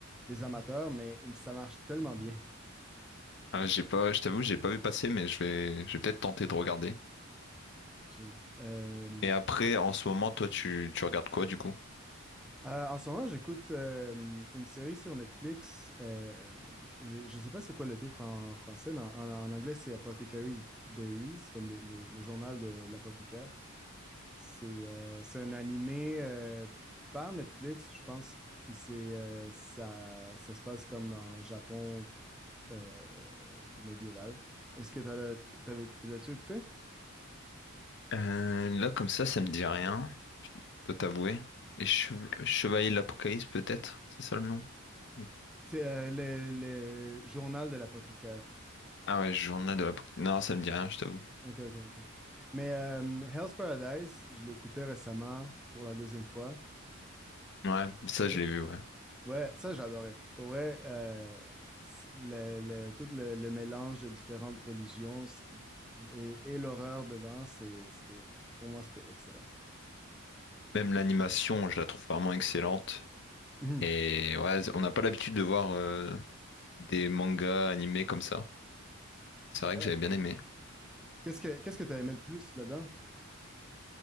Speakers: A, in the centre; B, on the left.
A: des amateurs, mais ça marche tellement bien.
B: Ah, j'ai pas, je t'avoue, j'ai pas vu passer, mais je vais, je vais peut-être tenter de regarder.
A: <laughs> Chill. Euh,
B: Et après, en ce moment, toi, tu, tu regardes quoi du coup?
A: Euh, en ce moment, j'écoute euh, une série sur Netflix. euh, je ne sais pas c'est quoi le titre en français, mais en, en anglais, c'est Apothecaries Diaries, comme les- les- le journal de l'apothicaire. C'est euh, c'est un animé euh, par Netflix, je pense. Puis c'est euh, ça, ça se passe comme dans le Japon euh, médiéval. Est-ce que t'as le- t'avais- tu l'as-tu écouté?
B: Euh, là, comme ça, ça me dit rien, dois t'avouer. Les Chev- Chevaliers de l'Apocalypse, peut-être? C'est ça le nom? Mm.
A: C'est euh, le, le journal de l'apothicaire.
B: Ah ouais, Journal de l'Apocalypse. Non, ça me dit rien, je t'avoue.
A: Ok, ok, ok. Mais euh, Hell's Paradise, je l'ai écouté récemment pour la deuxième fois.
B: Ouais, ça, je
A: C'est-
B: l'ai vu, ouais.
A: Ouais, ça j'adorais. Pour vrai, euh, c- le, le- tout le, le mélange de différentes religions c- et, et l'horreur dedans, c'est, c'était, pour moi, c'était excellent.
B: Même l'animation, je la trouve vraiment excellente.
A: Mhm.
B: Et ouais, on n'a pas l'habitude de voir euh, des mangas animés comme ça. C'est vrai
A: Ouais.
B: que j'avais bien aimé.
A: Qu'est-ce que qu'est-ce que t'as aimé le plus là-dedans?